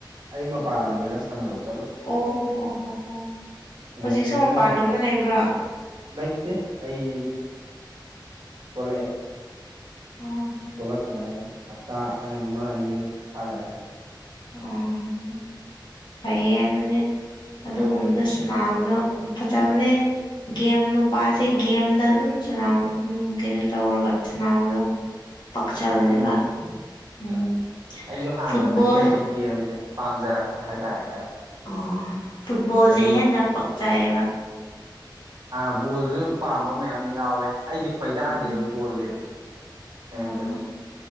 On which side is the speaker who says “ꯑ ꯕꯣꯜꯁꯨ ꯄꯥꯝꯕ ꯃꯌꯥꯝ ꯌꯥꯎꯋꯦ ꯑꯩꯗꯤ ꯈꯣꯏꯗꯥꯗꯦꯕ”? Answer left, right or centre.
Right